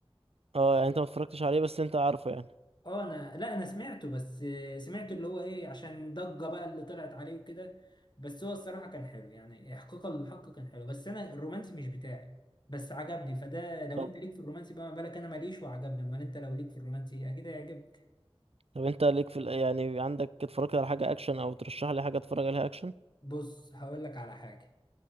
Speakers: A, on the right (about 75°); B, on the left (about 45°).
A: اه يعني انت ما اتفرجتش عليه بس انت عارفه يعني
B: أه أنا لا أنا سمعته بس آه، سمعته اللي هو إيه عشان ضجة بقى اللي طلعت عليه وكده بس هو الصراحة كان حلو يعني إحقاقا للحق كان حلو بس أنا الرومانسي مش بتاعي بس عجبني فده لو
A: طب
B: أنت ليك في الرومانسي بقى ما بالك أنا ماليش وعجبني أمال أنت لو ليك في الرومانسي أكيد هيعجبك
A: طب انت ليك في ال- يعني عندك اتفرجت على حاجة اكشن او ترشح لي حاجة اتفرج عليها اكشن
B: بص هقول لك على حاجة